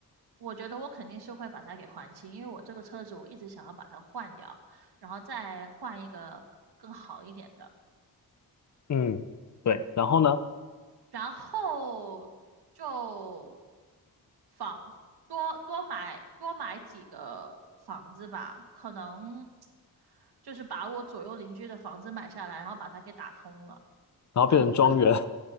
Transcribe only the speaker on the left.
嗯，对，然后呢，
然后变成庄园